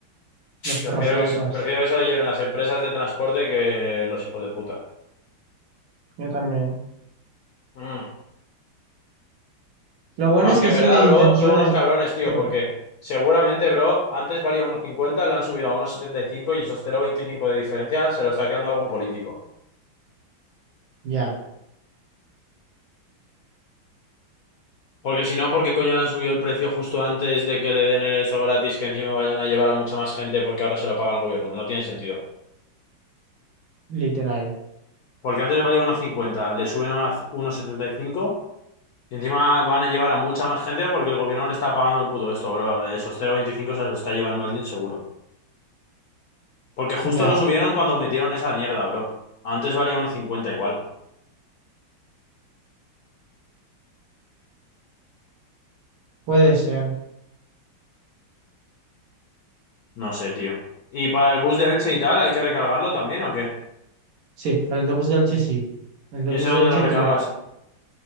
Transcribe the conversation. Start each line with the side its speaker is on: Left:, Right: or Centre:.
Right: Los perroflautas.
Left: Prefiero que se, prefiero que se lo lleven las empresas de transporte que los hijos de puta.
Right: Yo también.
Left: Mm.
Right: Lo bueno
Left: Aunque
Right: es que
Left: en
Right: sí
Left: verdad,
Right: me
Left: bro,
Right: incentivan
Left: son unos
Right: el...
Left: cabrones, tío,
Right: que
Left: porque seguramente, bro, antes valía unos 50, lo han subido a unos setenta y cinco y esos cero coma veinticinco de diferencia se lo está quedando algún político.
Right: Ya.
Left: Porque si no, ¿por qué coño le han subido el precio justo antes de que le den el eso gratis que encima vayan a llevar a mucha más gente porque ahora se lo paga el gobierno? No tiene sentido.
Right: Literal.
Left: Porque antes valía uno cincuenta le suben a uno setenta y cinco y encima van a llevar a mucha más gente porque el gobierno le está pagando el puto esto, bro. Esos cero coma veinticinco se los está llevando alguien seguro. Porque justo
Right: Ya.
Left: lo subieron cuando metieron esa mierda, bro. Antes valía uno cincuenta igual.
Right: Puede ser.
Left: No sé, tío. ¿Y para el bus de Elche y tal, hay que recargarlo también o qué?
Right: Sí. Para el de bus de Elche sí. El de
Left: ¿Y
Right: bus
Left: ese dónde
Right: de Elche
Left: lo recargas?
Right: te lo...